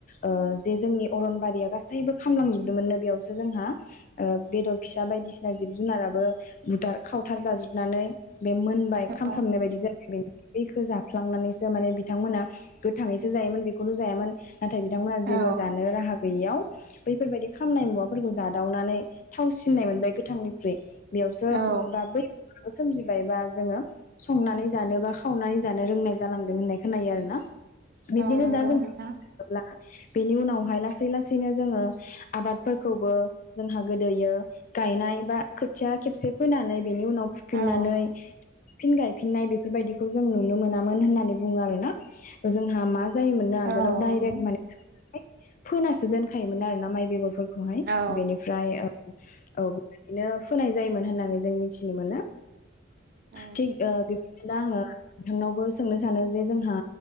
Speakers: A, on the left; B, on the right.
A: ओ जे जोंनि अरनबारिया गासैबो खामलांजोबदोंमोननो बेयावसो जोंहा ओ बेदर फिसा बायदिसिना जिब जुनाराबो बुथार खावथार जाजोबनानै बे मोनबाय खामफ्रामनाय
B: औ
A: बायदि जा बे बैखो जाफ्लांनानैसो माने बिथांमोना गोथाङैसो जायोमोन बेखौल' जायामोन नाथाय बिथांमोनहा जेबो
B: औ
A: जानो राहा गैयियाव बैफोरबायदि खामनाय मुवाफोरखौ जादावनानै थाव सिननाय मोनबाय गोथांनिख्रुइ बेयावसो
B: औ
A: बा बै सोमजिबायबा जोङो संनानै जानोबा खावनानै जानो रोंनाय जालांदों होननाय खोनायो आरो ना। बिदिनो
B: औ नंगौ
A: दा जों
B: नोंथां
A: बुंनो थाङोब्ला बेनि उनावहाय लासै लासैनो जोङो आबादफोरखौबो जोंहा गोदोयो गायनाय बा खोथिया खेबसे फोनानै बेनि उनाव फुफिननानै
B: औ
A: फिन गायफिननाय बेफोरबायदिखौ जों नुनो मोनामोन होननानै बुङो आरोना जोंहा मा जोयोमोननो आगोलाव
B: औ
A: डाइरेक्ट
B: नंगौ
A: माने फोनासो दोनखायोमोन आरोना माइ बेगरफोर खौहाय
B: औ
A: बेनिफ्राय औ औ दिनो फोनाय जायोमोन होननानै जों मिथिनो मोनो।
B: नंगौ
A: थिग ओ बिब्दिनो दा आङो नोंथांनावबो सोंनो सानो जे जोंहा